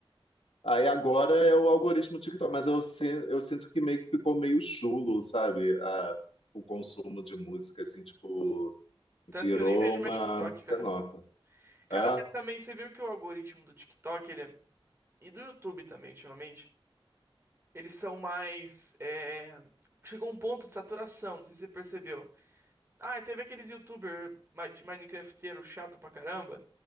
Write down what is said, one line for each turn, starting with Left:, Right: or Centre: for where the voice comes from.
Left: Aí agora é o algoritmo TikTok, mas eu, sin- eu sinto que meio que ficou meio chulo, sabe? A- o consumo de música, assim, tipo,
Right: Tanto
Left: virou
Right: que eu nem vejo mais
Left: uma.
Right: TikTok, cara.
Left: Que nota?
Right: Cara,
Left: É?
Right: mas também você viu que o algoritmo do TikTok, ele é... e do YouTube também, ultimamente, eles são mais é... chegou a um ponto de saturação, não sei se você percebeu. Ah, e teve aqueles youtuber ma- de Minecrafteiro chato pra caramba,